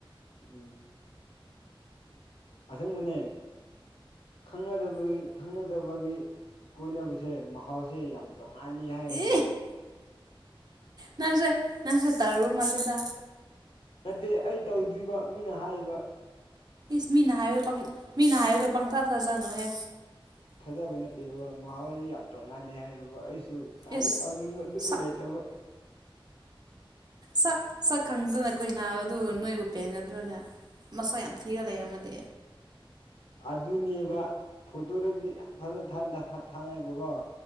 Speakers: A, on the left (about 75°); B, on the right (about 45°).
A: ꯎꯝ ꯑꯁꯪꯕꯅꯦ ꯈꯪꯅꯗꯕꯒꯤ ꯈꯪꯅꯗꯕꯒꯤ ꯀꯣꯏꯅꯕꯁꯦ ꯃꯍꯥꯎꯁꯦ ꯌꯥꯝ ꯇꯣꯡꯉꯥꯜꯂꯤ ꯍꯥꯏꯌꯦꯕ
B: ꯏ ꯅꯪꯁꯦ ꯅꯪꯁꯨ ꯇꯧꯔꯨꯔ ꯃꯥꯜꯂꯦꯗ
A: ꯅꯠꯇꯦ ꯑꯩ ꯇꯧꯗ꯭ꯔꯤꯕ ꯃꯤꯅ ꯍꯥꯏꯕ
B: ꯏꯁ ꯃꯤꯅ ꯍꯥꯏꯕꯗꯣ ꯃꯤꯅ ꯍꯥꯏꯕꯗꯣ ꯄꯪꯊ ꯊꯥꯖꯅꯨꯍꯦ
A: ꯊꯥꯖꯕꯩ ꯅꯠꯇꯦꯕꯀꯣ ꯃꯍꯥꯎꯁꯦ ꯌꯥꯝ ꯇꯣꯡꯉꯥꯜꯂꯦ ꯍꯥꯏꯌꯦꯕꯀꯣ ꯑꯩꯁ ꯨ ꯇ꯭ꯔꯥꯏꯗꯤ
B: ꯏꯁ
A: ꯇꯧꯅꯤꯡꯕ ꯑꯗꯨꯕꯨ
B: ꯁꯛ
A: ꯂꯩꯇꯕ
B: ꯁꯛ ꯁꯛ ꯈꯪꯗꯅ ꯀꯈꯣꯏ ꯅꯥꯕꯗꯨ ꯅꯣꯏꯕꯨ ꯄꯦꯟꯒꯗ꯭ꯔꯣꯅꯦ ꯃꯁꯥ ꯌꯥꯝ ꯊꯤꯔ ꯂꯩ ꯑꯃꯗꯤ
A: ꯑꯗꯨꯅꯦꯕ ꯐꯣꯇꯣꯗꯗꯤ ꯌꯥꯝ ꯐꯖꯅ ꯊꯥꯅꯩꯕꯀꯣ